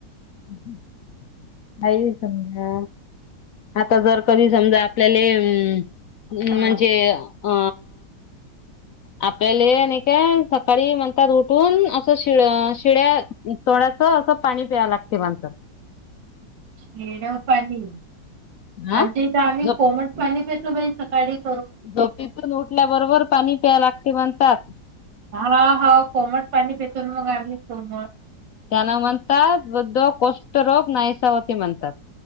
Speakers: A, on the left; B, on the right.
A: <inaudible> नाही समजा आता जर कधी समजा आपल्याला ये हम्म,
B: हा
A: म्हणजे अ आपल्याला हे नाही का सकाळी म्हणतात उठून असं शिळ शिळ्या थोड्यास असं पाणी प्यावं लागते माणसात
B: हेड्याव पाणी आमच्या
A: हा
B: इथं आम्ही
A: झोप
B: कोमट पाणी पितो बाई सकाळी करू
A: झोपेतून उठल्याबरोबर पाणी प्याय लागते म्हणतात.
B: हा हा कोमट पाणी पेतो मग आम्ही सोबत
A: त्याना म्हणतात वृद्ध कृष्ठरोग नाहीसा होती म्हणतात.